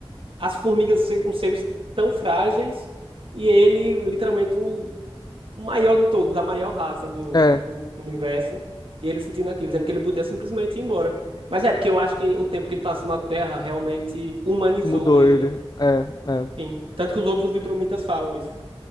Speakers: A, on the right (about 65°); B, on the left (about 45°).
A: As formigas são seres tão frágeis e ele, literalmente, o, o maior de todos, a maior raça do,
B: É,
A: do universo. E ele sentindo aquilo, sendo que ele podia simplesmente ir embora. Mas é, porque eu acho que o tempo que ele passou na Terra realmente humanizou
B: mudou
A: ele,
B: ele.
A: né?
B: É, é.
A: Sim. Tanto que os outros Viltrumitas falam isso.